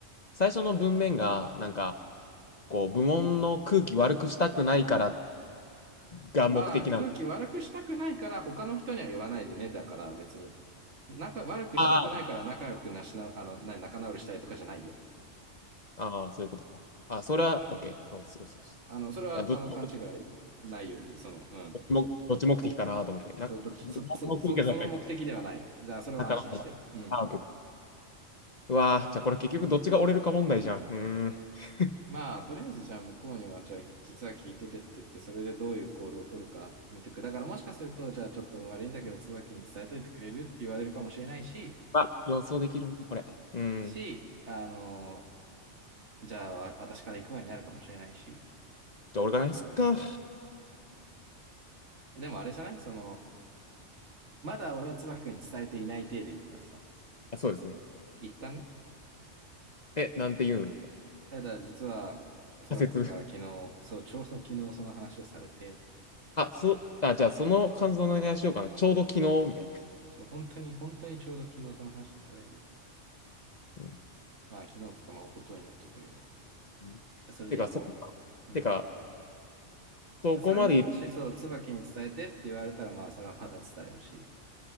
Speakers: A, on the left; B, on the right.
A: 最初の文面が、なんか、こう、部門の空気悪くしたくないからが目的なの。
B: まあ、空気悪くしたくないから、他の人には言わないでね。だから別に、仲、悪くしたくないから仲良くなしな、
A: あー
B: あの、な、仲直りしたいとかじゃないよ。
A: あー、そういうことか。あ、それは OK。そうそうそうそ
B: あの、それは、
A: うあどっちも、
B: あの、勘違いないように、その、うん。
A: どっちも、どっち目的かなと思って。なんか、
B: そう、どっち、
A: 部門の空気がないか。
B: そ、そ、そ、その目的ではない。じゃあ、それは安心して。
A: なかなか。
B: うん。
A: あー、OK。うわー、じゃあこれ結局どっちが折れるか問題じゃん。うーん。<laughs>
B: まあ、とりあえずじゃあ向こうには、じゃあ実は聞いててって言って、それでどういう行動を取るか見とく。だからもしかすると、じゃあちょっと悪いんだけど、椿に伝えといてくれるって言われるかもしれないし、
A: あ、予想できるな、これ。うん。
B: し、あの、じゃあわ私から行くわになるかもしれないし。
A: じゃあ、俺がないっすか。ん
B: でもあれじゃないその、まだ俺は椿君に伝えていない体で行くからさ。
A: あ、そうですね。
B: 一旦ね。
A: え、なんて言うんですか
B: ただ実は、椿君から昨日、
A: 仮説。
B: そう、ちょうど昨日その話をされて、
A: あ、そう、あ、じゃあ、その感想お願いしようかな。ちょうど昨日、みたいな。
B: そう、本当に、本当にちょうど昨日その話をされ、
A: うん
B: まあ昨日つかまあ一昨日になっちゃったけど。
A: うんてか、
B: それで行こう。
A: そこか。
B: うん。
A: てか、そこまでい、
B: それでもし、そう、椿に伝えてって言われたら、まあ、それはまた伝えるし。